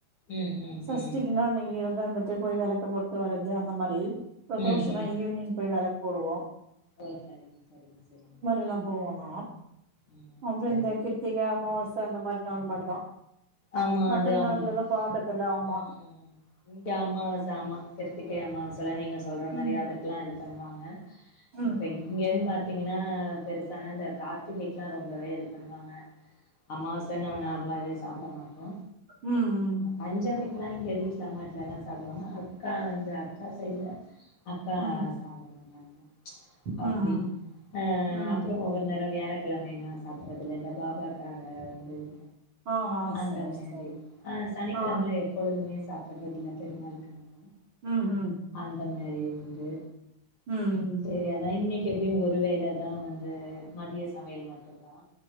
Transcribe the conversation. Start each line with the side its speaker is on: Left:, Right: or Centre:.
Left: ம் ம்
Right: சஸ்டிக்கு
Left: ம்
Right: நா அன்னைக்கு <unintelligible> சு போயி வெளக்கு போட்டுட்டு வரது அந்த மாரி பிரதோஷனா
Left: ம் ம்
Right: ஈவினிங் போய் வெளக்கு போடுவோ
Left: ஓ சரிங்க சரிங்க சரிங்க
Right: எல்லா போவோனு
Left: ம்
Right: அப்ற
Left: சரிங்க
Right: இந்த கித்திகை
Left: தோழி
Right: அம்மாவச அந்த மாரி நாள் மட்டுந்தா
Left: ஆமா
Right: மத்த
Left: அது
Right: நாள்லல்லா
Left: ஆம்
Right: பாக்கர்தில்ல ஆமா
Left: ம் இங்க அம்மாவாச ஆமா கிருத்திகை அம்மாவாசல்லா நீங்க சொல்ற மாரி
Right: ம்
Left: அதுக்லா இது பண்ணுவாங்க
Right: ம்
Left: இப்ப இங்கன்னு பாத்தீங்கன்னா பெருசானா இந்த கார்த்திகை ல்லா ரொம்பவே இது பண்ணுவாங்க அம்மாவாச நம்ம நார்மலாவே சாப்ட மாட்டோ
Right: ம் ம் ம்
Left: பஞ்சமைக்குலா இங்க வீட்ல அம்மாட்ல எல்லா சாப்டுவாங்க அக்கா வந்து அக்கா சைட்ல அக்கா
Right: ம்
Left: சாப்ட மாட்டாங்க அப்டி
Right: ம் ம்
Left: ஆ
Right: ம்
Left: அப்பறோ ஒவ்வொரு நேரோ வியாழக் கிழமை னா சாப்பிட்றதுல்ல இந்த பாபாக்காக வந்து <inaudible>
Right: ஆ ஆ
Left: அந்த
Right: சேரி
Left: மாரி
Right: சேரி
Left: ஆ சனிக்கிழமைல
Right: ஆ
Left: எப்பொழுதுமே சாப்பிடுறது இல்ல பெருமாளுக்காக
Right: ம் ம்
Left: அந்தம் கரி உண்டு
Right: ம் ம்
Left: செரி அதா இன்னைக் எப்டியு ஒரு வேள தா வந்து மதிய சமையல் மட்டுந்தா